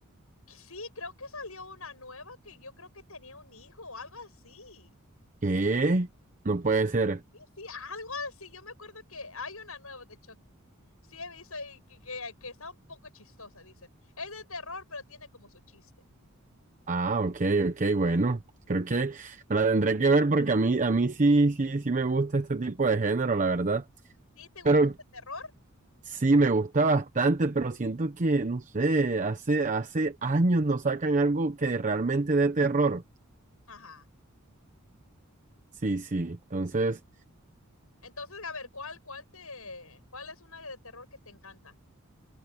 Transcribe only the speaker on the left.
sí, creo que salió una nueva que yo creo que tenía un hijo o algo así.
Sí, sí algo así. Yo me acuerdo que hay una nueva de Chucky. Sí, he visto y que, que, que está un poco chistosa, dicen. Es de terror, pero tiene como su chiste.
¿Sí te gusta
el terror?
Ajá.
Sí. Entonces, a ver, ¿cuál, cuál te, cuál es una de terror que te encanta?